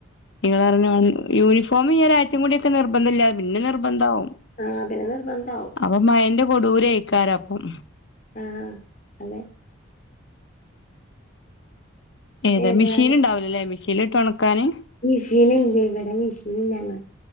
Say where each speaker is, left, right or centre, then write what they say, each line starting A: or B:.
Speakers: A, on the left; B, on the left.
A: ഇങ്ങള് പറഞ്ഞ മായിരി യൂണിഫോം ഈ ഒരാഴ്ചേമ് കൂടക്കെ നിർബന്ധല്ലാ. പിന്നെ നിർബന്ധവും.
B: ആഹ് പിന്നെ നിർബന്ധവും.
A: അപ്പൊ മയന്റെ കൊടൂരെയിക്കാരം അപ്പം.
B: ആഹ്
A: ഏതാ
B: ഏതായാലും
A: മെഷീൻ ഉണ്ടാവൂലല്ലേ മെഷീനിലിട്ട് ഉണക്കാന്.
B: മിഷീനില്ലേയ്യ് ഇവിടെ മെഷീനില്ല.